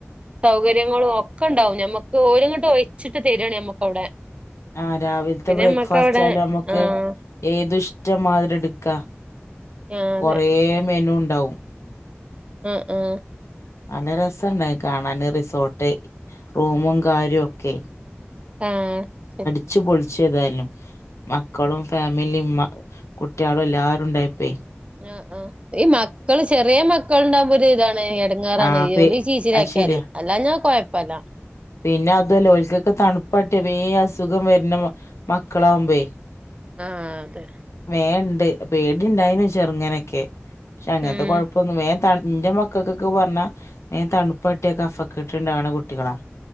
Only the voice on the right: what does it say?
സൗകര്യങ്ങളും ഒക്കെ ഉണ്ടാവും ഞമ്മക്ക് ഒരുങ്ങോട്ടും ഒഴിച്ചിട്ട് തരാണ് മ്മക്ക് അവിടെ.
പിന്നെ
നമ്മക്ക് അവിടെ
ആഹ്
ആഹ് അതെ
അഹ് ആഹ്
ആഹ് ശരി.
ആ ആ ഈ മക്കള് ചെറിയ മക്കൾണ്ടാവുമ്പോ ഒരു ഇതാണ് ഇട ങ്ങാറാണ്
ജോലി
ചീച്ചി
ആക്കിയാല്
അല്ലാ ഞാ കുഴപ്പല്ല.
ആഹ് അതെ.
ഉം